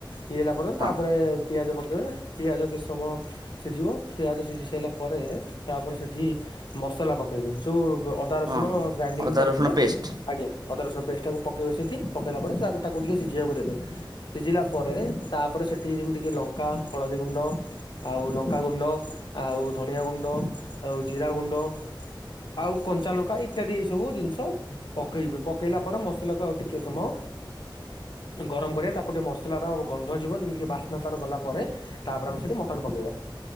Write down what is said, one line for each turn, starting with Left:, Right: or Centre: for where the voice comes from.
Left: ଇଏ ହେଲା ପର୍ଯ୍ୟନ୍
Right: ହଁ
Left: ତାପରେ ପିଆଜ ପକେଇବେ ପିଆଜ କିଛ ସମୟ ସିଜିବ ପିଆଜ ସିଜି ସାଇଲା ପରେ ତାପରେ ସେଠି ମସଲା ପକେଇବେ ଯୋଉ ବ ଅଦ୍ ଦା ରସୁଣ
Right: ହଁ ହଁ
Left: ଗ୍ରାଇଣ୍ଡିଙ୍ଗ୍
Right: ଅଦା
Left: କରିଥିବେ
Right: ରସୁଣ ପେଷ୍ଟ।
Left: ଆଜ୍ଞା ଅଦା ରସୁଣ ପେଷ୍ଟ୍ ଟାକୁ ପକେଇବେ ସେଠି ପକେଇଲା ପରେ ସେ ଆଗରେ ତାକୁ ଟିକେ ସିଜିବାକୁ ଦେବେ। ସିଜିଲା ପରେ ତାପରେ ସେଠି ଯେମିତି କି ଲଙ୍କ୍ କା ହଳଦୀଗୁଣ୍ଡ ଆଉ ଲଙ୍କାଗୁଣ୍ଡ ଆଉ ଧନିଆଗୁଣ୍ଡ ଆଉ ଜିରାଗୁଣ୍ଡ ଆଉ କଞ୍ଚା ଲଙ୍କା ଇତ୍ୟାଦି ଏସବୁ ଜିନିଷ ପକେଇବେ। ପକେଇଲା ପରେ ମସଲାକୁ ଆଉ ଟିକେ ସମୟ ଏଇନ୍ ଗରମ କରିବା ତାକୁ ଟିକେ ମସଲାର ଗନ୍ଧ ଯିବ ଯେମିତିକି ବାସ୍ନା ତାର ଗଲା ପରେ ତାପରେ ଆମେ ସେଟି ମଟନ ପକେଇବା